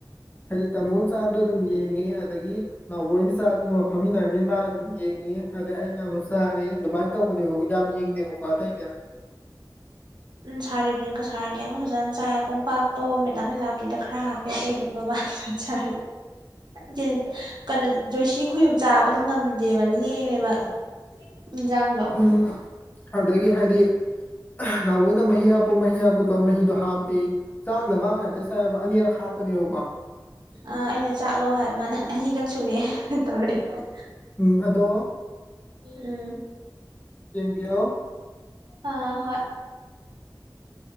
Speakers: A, on the left; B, on the right.
A: ꯍꯥꯏꯗꯤ ꯇꯥꯃꯣ ꯁꯥꯕꯗꯣ ꯑꯗꯨꯝ ꯌꯦꯡꯉꯦ ꯑꯗꯒꯤ ꯅꯥꯎꯕꯅ ꯆꯥꯕꯗꯨꯃ ꯐꯝꯃꯤꯟꯅꯔꯕꯅꯤꯅ ꯃꯥ ꯑꯗꯨꯝ ꯌꯦꯡꯉꯤ ꯑꯗ ꯑꯩꯅ ꯑꯃꯨ ꯆꯥꯔꯦ ꯑꯗꯨꯃꯥꯏꯅ ꯇꯧꯕꯅꯦꯕꯕꯨ ꯌꯥꯝ ꯌꯦꯡꯗꯦꯕꯀꯣ ꯑꯇꯩꯗꯤ
B: <unintelligible> ꯎꯝ ꯁꯥꯔꯦ ꯁꯥꯔꯒꯦꯒ ꯐꯖꯅ ꯆꯥꯏ ꯀꯣꯝꯄꯥꯛꯇꯣ ꯃꯦꯗꯥꯝ ꯂꯤꯂꯥꯞꯇꯤꯗ ꯈꯔ ꯍꯥꯞꯄꯦ ꯑꯇꯩꯗꯤ ꯕꯥ ꯆ ꯀꯩꯅꯣ ꯖꯣꯏꯁꯤ ꯈꯨꯌꯨꯝ ꯆꯥꯕ ꯉꯝꯗꯦꯕ ꯂꯦꯝꯃꯦꯕ ꯎ ꯗꯣ
A: ꯎꯝ ꯑꯗꯨꯗꯒꯤ ꯍꯥꯏꯗꯤ ꯅꯍꯣꯏꯅ ꯃꯍꯤ ꯍꯥꯞꯄꯨ ꯃꯍꯤ ꯍꯥꯞꯄꯨꯗꯣ ꯃꯍꯤꯗꯣ ꯍꯥꯞꯄꯤ ꯆꯥꯛꯅ ꯃꯥꯡꯉꯇ ꯆꯕ ꯑꯅꯤꯔꯛ ꯍꯥꯞꯄꯅꯦꯕꯀꯣ
B: ꯑꯥ ꯑꯩꯅ ꯆꯥꯛꯂꯣ ꯍꯥꯏ ꯑꯅꯤꯈꯛ ꯁꯨꯔꯦꯑꯦ ꯇꯧꯔꯛꯑꯦ
A: ꯎꯝ ꯑꯗꯣ
B: ꯎꯝ
A: ꯌꯦꯡꯕꯤꯌꯣ
B: ꯑ ꯍꯣꯏ